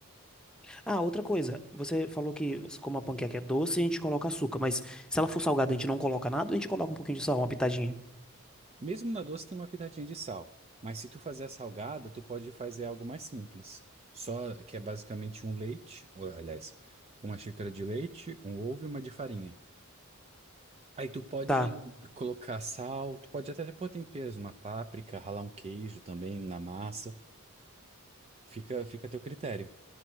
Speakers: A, in the centre; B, on the right.
A: Ah, outra coisa. Você falou que como a panqueca é doce, a gente coloca açúcar. Mas se ela for salgada, a gente não coloca nada, ou a gente coloca um pouquinho de sal, uma pitadinha.
B: Mesmo na doce tem uma pitadinha de sal, mas se tu fazer a salgada, tu pode fazer algo mais simples. Só que é basicamente um leite, ou, aliás, uma xícara de leite, um ovo e uma de farinha. Aí tu pode
A: Tá.
B: colocar sal, tu pode até pôr temperos, uma páprica, ralar um queijo também na massa. Fica, fica a teu critério.